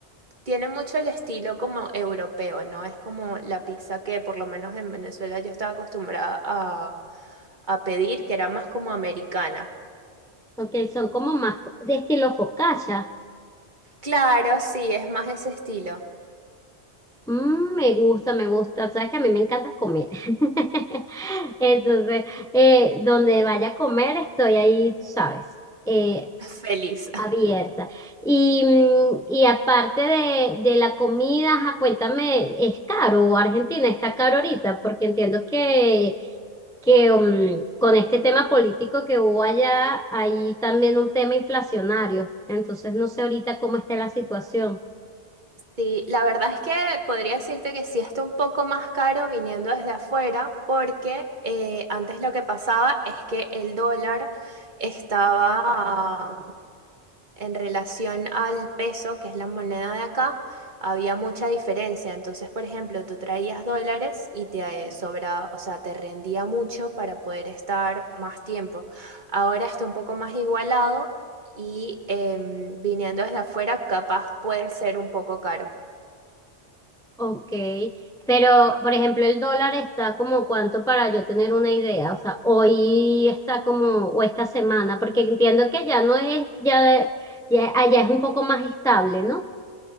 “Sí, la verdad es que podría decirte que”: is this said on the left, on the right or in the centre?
Right